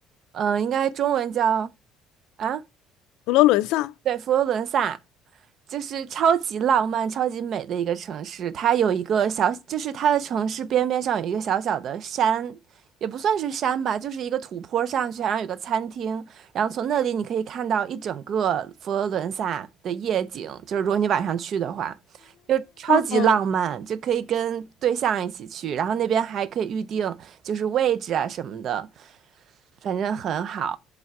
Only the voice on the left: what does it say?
佛罗伦萨，
哦，